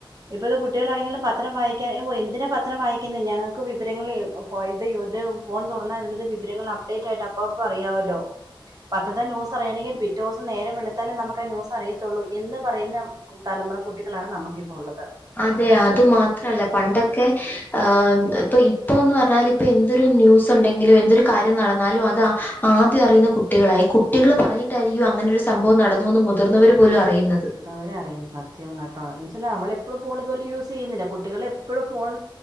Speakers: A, on the right; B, on the left.
A: ഇപ്പത്തെ കുട്ടിളാണെങ്കിലും പത്രം വായിക്കാൻ എഹ് ഓ എന്തിനാ പത്രം വായിക്കുന്നേ ഞാൻ <unintelligible> വിവരങ്ങൾ ഫോ ഇത് ഇത് ഫോൺതൊറന്നാ അതിലുള്ള വിവരങ്ങൾ അപ്ഡേറ്റ് ആയിട്ട് അപ്പപ്പ അറിയാവല്ലോ. പത്തത്തെ ന്യസ് അറിയണെങ്കിൽ പിറ്റേസം നേരംവെളുത്തലെ നമക്ക് ന്യുസ് അറിയത്തുള്ളൂ എന്ന് പറയുന്ന. തലമുറ കുട്ടികളാണ് നമക്കിപ്പ ഉള്ളത്.
B: അതെ അത് മാത്രല്ല പണ്ടൊക്കെ ഹ് ഇപ്പൊ ഇപ്പൊന്ന് പറഞ്ഞാല്. ഇപ്പ എന്തൊരു ന്യൂസ് ഉണ്ടെങ്കിലും എന്തൊരു കാര്യം നടന്നാലും ആഹ് അത് ആദ്യം അറിയുന്ന കുട്ടികളാ ഈ കുട്ടികൾ പറഞ്ഞിട്ടായിരിക്കും അങ്ങനെരു സംഭവം നടന്നുന്ന് മുതിർന്നവർ പോലും അറിയുന്നത്.
A: അവര അറിയും സത്യം കേട്ടോ എന്ന് വെച്ചാൽ നമ്മളെപ്പോഴു ഫോൺ ഇതുപോലേ യൂസ് ചെയ്യുന്നില്ല കുട്ടികളെ എപ്പോഴും ഫോൺ.